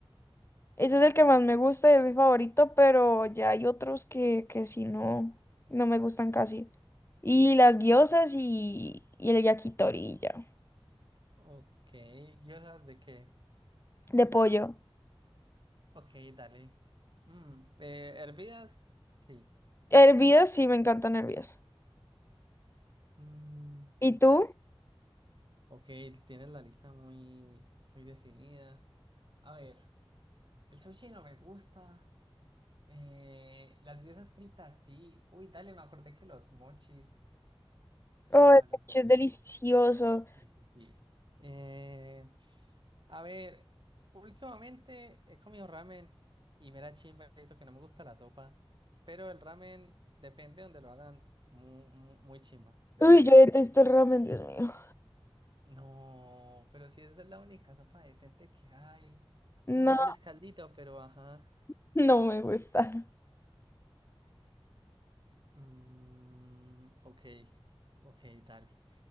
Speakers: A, on the left; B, on the right.
A: Ese es el que más me gusta y es mi favorito, pero ya hay otros que, que sí no, no me gustan casi. Y las gyozas y, y el yakitori y ya.
B: Ok, ¿y esas de qué?
A: De pollo.
B: Ok, dale. Mm, eh, ¿hervidas? Sí.
A: Hervidas, sí, me encantan hervidas.
B: Mm,
A: ¿Y tú?
B: ok, tienes la lista muy, muy definida. A ver, el sushi no me gusta. Eh, las guisas fritas sí. Uy, dale, me acordé que los mochis. Chimba,
A: Oh, el
B: los
A: sushi
B: mochis.
A: es delicioso.
B: Sí, sí, sí. Eh, a ver, últimamente he comido ramen y me da chimba eso que no me gusta la sopa, pero el ramen depende donde lo hagan mu- mu- muy, chimba, decente.
A: Uy, yo detesto el ramen, Dios mío.
B: No, pero si esa es la única sopa decente que hay.
A: No,
B: Bueno, dale escaldito, pero ajá.
A: <laughs> no me gusta.
B: Mm, ok, ok, dale.